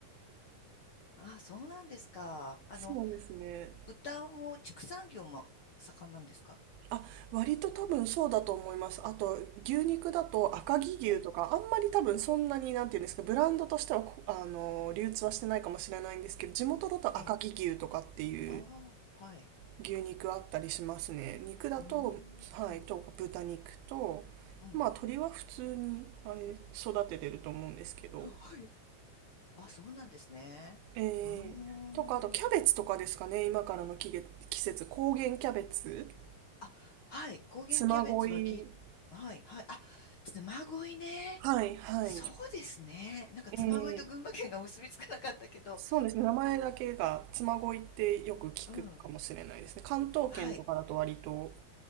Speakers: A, on the left; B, on the right.
A: ああ、そうなんですか。あの、
B: そうですね。
A: 豚も畜産業も盛んなんですか
B: あ、割と多分そうだと思います。あと、牛肉だと赤城牛とか、
A: ええ、
B: あんまり多分そんなに、なんていうんですか、ブランドとしてはこ、あの、流通はしてないかもしれないんですけど、地元だと赤城牛とかっていう
A: ええ、ああ、はい。
B: 牛肉あったりしますね。肉だと、
A: うーん、
B: はい、
A: うん、
B: とか豚肉と、
A: うん。
B: まあ、鶏は普通に、あれ、育ててると思うんですけど。
A: <laughs> はい。あ、そうなんですね。
B: え
A: ああ。
B: ー、とか、あとキャベツとかですかね、今からの季節、季節、高原キャベツ、
A: あ、はい。高原キャベツはき、
B: 嬬恋、
A: はい、はい。あ、嬬恋ね。
B: はい、はい。
A: そうですね。なんか嬬恋と群馬県が結びつかなかったけど。
B: えーそうですね。名前だけが妻恋ってよく聞くかもしれないですね。
A: うん。
B: 関東圏とかだと割と。
A: はい。